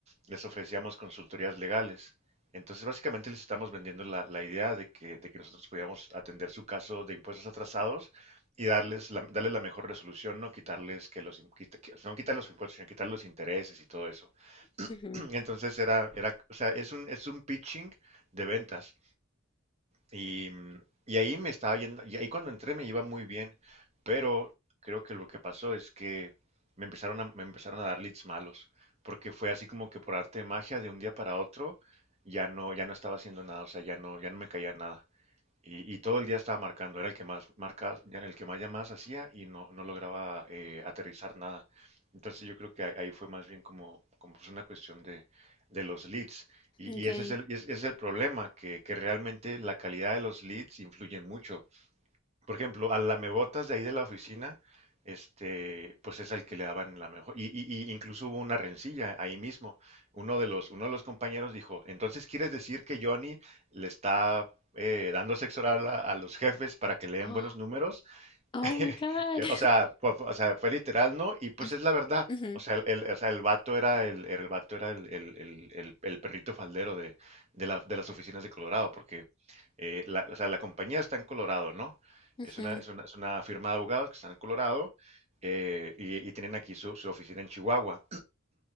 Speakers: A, on the right; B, on the left.
A: les ofrecíamos consultorías legales. Entonces, básicamente les estamos vendiendo la, la idea de que, de que nosotros podíamos atender su caso de impuestos atrasados y darles la, darles la mejor resolución, no quitarles que los, im- quita- que- no quitar los impuestos, sino quitar los intereses y todo eso.
B: Ush, ujú,
A: <clears throat> Entonces era, era, o sea, es un, es un pitching de ventas. Y, mm, y ahí me estaba yendo, y ahí cuando entré me iba muy bien, pero creo que lo que pasó es que me empezaron a, me empezaron a dar leads malos, porque fue así como que por arte de magia de un día para otro ya no, ya no estaba haciendo nada, o sea, ya no, ya no me caía nada. Y, y todo el día estaba marcando, era el que más marcas, ya el que más llamadas hacía y no, no lograba eh, aterrizar nada. Entonces yo creo que ahí, ahí fue más bien como, como pues una cuestión de, de los leads. Y, y
B: Okay.
A: ese es el, es, es el problema, que, que realmente la calidad de los leads influyen mucho. Por ejemplo, al lamebotas de ahí de la oficina, este, pues es al que le daban la mejor. Y, y- y incluso hubo una rencilla ahí mismo. Uno de los, uno de los compañeros dijo, entonces quieres decir que Johnny le está eh, dando sexo oral a, a los jefes para que le den
B: Oh,
A: buenos números.
B: oh
A: <laughs>
B: my God.
A: O sea, fue, fue- o sea, fue literal, ¿no? Y pues
B: <laughs>
A: es la verdad.
B: Ujú,
A: O sea, el, el- o sea, el vato era el, el, el vato era el, el- el- el- el perrito faldero de, de, la- de las oficinas de Colorado, porque eh, la, o sea, la compañía está en Colorado, ¿no?
B: ujú.
A: Es una, es una, es una firma de abogados que está en Colorado eh, y, y tienen aquí su, su oficina en Chihuahua